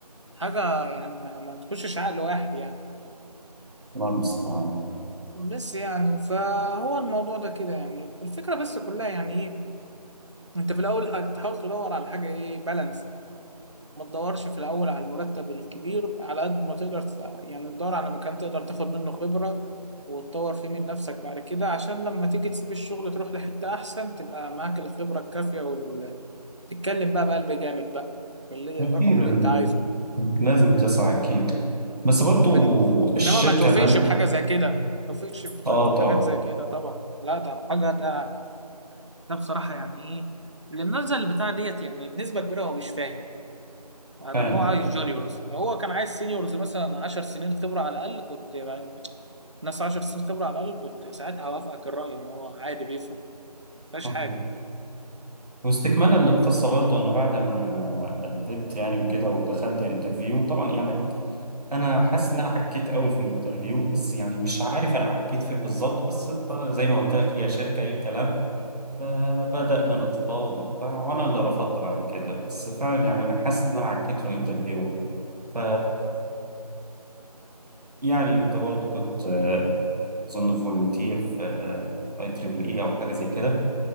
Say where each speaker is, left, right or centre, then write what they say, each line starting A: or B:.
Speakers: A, on the right; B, on the right.
A: حاجة يعني ما, ما تخشش عقل واحد يعني
B: الله المستعان
A: بس يعني فهو الموضوع ده كده يعني الفكرة بس كلها يعني إيه أنت في الأول هتحاول تدور على حاجة إيه بالانس ما تدورش في الأول على المرتب الكبير على قد ما تقدر تت- يعني تدور على مكان تقدر تاخد منه خبرة وتطور فيه من نفسك بعد كده عشان لما تيجي تسيب الشغل تروح لحتة أحسن تبقى معاك الخبرة الكافية وال... تتكلم بقى بقلب جامد بقى باللي-
B: اكيد
A: الرقم اللي
B: ال-
A: أنت عايزه
B: لازم تسعى اكيد بس برضو
A: بن...
B: الشركة
A: إنما ما توافقش
B: اللي أنا-
A: بحاجة زي كده ما توافقش ب-
B: اه
A: بحاجات
B: طبعا
A: زي كده طبعا لا ده حاجة ده ده بصراحة يعني إيه اللي منزل البتاع ديت يعني بنسبة كبيرة هو مش فاهم ادم
B: فعلا
A: هو عايز جونيورز لو هو كان عايز سينيورز مثلا 10 سنين خبره على الاقل كنت يعني ناس 10 سنين خبره على الاقل كنت ساعتها هوافقك الراي ان هو عادي بيفهم مفيهاش
B: فعلا
A: حاجه
B: واستكمالا للقصة برضه أنا بعد ما قدمت يعني كده ودخلت انترفيو طبعا يعني أنا حاسس إن أنا عكيت قوي في الانترفيو بس يعني مش عارف أنا عكيت فين بالظبط بس إنت زي ما قلت لك هي شركة أي كلام فبدأنا نتفاوض وبتاع وأنا اللي رفضت بعد كده بس فعلا يعني أنا حاسس إن أنا عكيت في الانترفيو ف يعني أنت برضه كنت آه، أظن فولunteer في أي تريبل إي أو حاجة زي كده